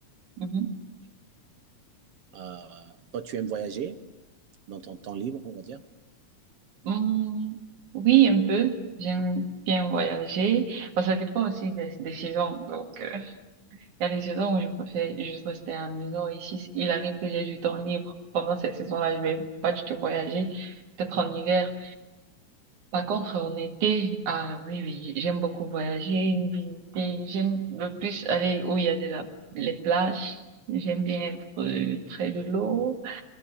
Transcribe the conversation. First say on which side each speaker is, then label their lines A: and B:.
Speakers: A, on the right; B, on the right.
A: Mhm.
B: Euh, toi, tu aimes voyager dans ton temps libre, on va dire?
A: Hmm, oui, un peu. J'aime bien voyager. Bon, ça dépend aussi des, des saisons. Donc, euh, Il y a des saisons où je préfère juste rester à la maison. Et si il arrive que j'ai du temps libre pendant cette saison là je vais pas du tout voyager, peut-être en hiver. Par contre, en été, ah oui, oui, j'aime beaucoup voyager, visiter. J'aime le plus aller où il y a de la, les plages. J'aime bien être euh, près de l'eau,